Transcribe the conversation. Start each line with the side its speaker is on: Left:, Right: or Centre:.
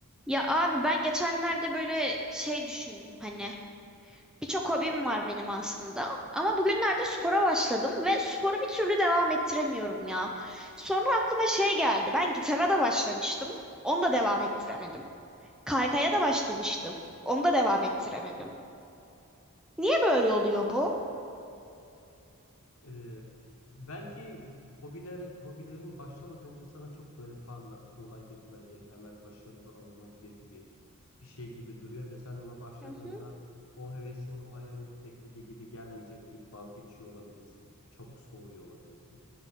Centre: Ya abi ben geçenlerde böyle şey düşündüm hani birçok hobim var benim aslında ama bugünlerde spora başladım ve sporu bir türlü devam ettiremiyorum ya. Sonra aklıma şey geldi ben gitara da başlamıştım onu da devam ettiremedim. Kaykaya da başlamıştım onu da devam ettiremedim. Niye böyle oluyor bu?
Left: Ee, belki hobiler, hobilerin başlamadan önce sana çok böyle parlak, kolay yapılabilir, hemen başarılı alınabilir gibi bir şey gibi duruyor ve sen ona başladığında
Centre: Hı hı,
Left: o hevesin, o hayalin beklediği gibi gelmeyecek deyip vazgeçiyor olabilirsin. Çabuk soğuyor olabilirsin.